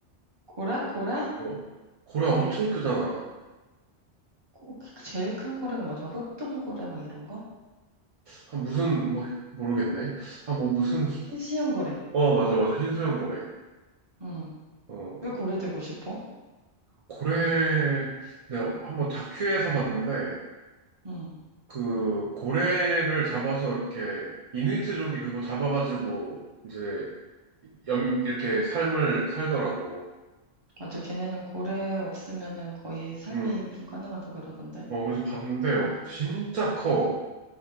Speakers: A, on the right; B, on the right.
A: 고래? 고래?
B: 어, 고래 엄청
A: 어,
B: 크잖아.
A: 고- 제일 큰 고래가 뭐지? 막 흑동고래 뭐 이런 거?
B: 아, 무슨, 뭐, 모르겠네. 아, 뭐, 무슨,
A: 흰수염 고래.
B: 어, 맞아, 맞아. 흰수염 고래.
A: 응.
B: 어,
A: 왜 고래 되고 싶어?
B: 고래, 내가 한번 다큐에서 봤는데,
A: 응.
B: 그, 고래를 잡아서 이렇게, 이누이트족이 그거 잡아가지고, 이제, 염, 이렇게 삶을 살더라고.
A: 맞아. 걔네는 고래 없으면은 거의 삶이
B: 음,
A: 불가능하다 그러던데.
B: 어, 그래서 봤는데요.
A: 응.
B: 진짜 커.